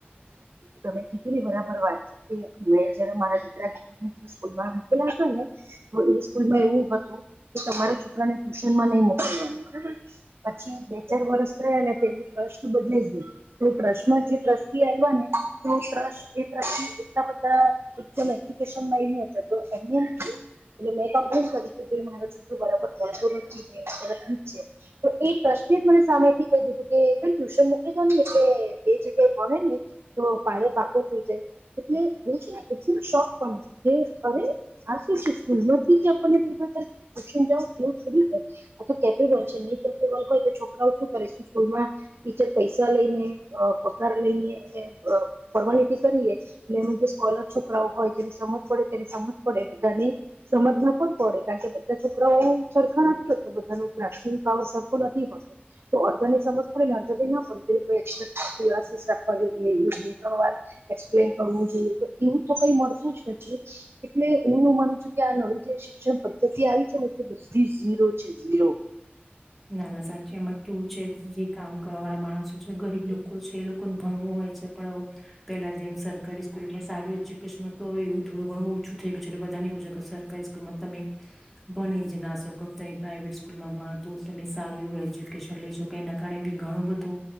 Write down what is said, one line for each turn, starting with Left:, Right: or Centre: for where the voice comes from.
Right: તમે કીધું ને બરાબર વાત છે કે જ્યારે મારા દીકરા દીકરી સ્કૂલમાં મુકેલા હતા ને તો એ સ્કૂલમાં એવું હતું કે તમારે છોકરાને ટ્યુશનમાં ન મોકવા. પછી બે ચાર વર્ષ થયાં ને તેનું ટ્રસ્ટ બદલાઈ ગયું તો ટ્રસ્ટમાં જે ટ્રસ ને સરસ એટલા બધા એકદમ એજુકેશન મળીને તો એમને. એટલે મેં કમ્પ્લેન કરી કે ભઈ મારો છોકરો બરાબર ભણતો નથી છે. તો એ ટ્રસ્ટે જ મને સામે થી કહી દીધું કે બેન ટ્યુશન મોકલી દો ને એટલે બે જગ્યાએ. ને તો પાયો પાકો થઈ જાય એટલે હું છે ને એ ખબ શોખ પણ કે હવે આ છે સ્કૂલમાં આપણને પ્રેફરન એવું થ હોયથ કેપેબલ છે નહી કેપેબલ હોય તો છોકરાઓ કરું સ્કૂલમાં ટીચર પૈસા લઈને અ પ લઈને ફોર્માલિટી કરીએ એટલે એ જે સ્કોલર છોકરાઓ હોય જેની સમજ પડે કે સમજ પડે બધાને સમજ ના પણ પડે કારણ કે બધા છોકરાઓ સરખા હોતા બધા ને પાવર સરખો નથી હોતો તો અર્ધન એ સમજ પડેને અર્ધ ના <unintelligible> બે ત્રણ વાર એક્સપ્લેન કરવું જોઈએ તો એવું તો કઈ મળતું જ નથી. એટલે હું માનું છું કે આ નવી જે શિક્ષણ પ દતી આવી છે ને તે બધી ઝીરો છે ઝીરો.
Centre: નાના સાચી એમાં કેવું છે જે કામ કરવા વાળા માણસો છે ગરીબ લોકો છે એ લોકોને ભણવું હોય. પણ પેલા જેમ સરકારી સ્કૂલમાં સારું એજ્યુકેશન હતું હવે એવું થોડું ઘણું ઓછું થય ગયુ છે બધા. ની એવુ સરકારી સ્કૂલમાં તમે ભણી જ ના શકો તમે પ્રાઈવેટ સ્કૂલમાં ભણો. તો તમે સારું એવું એજ્યુકેશન લઇ શકો કે એના કારણે બી ઘણું બધું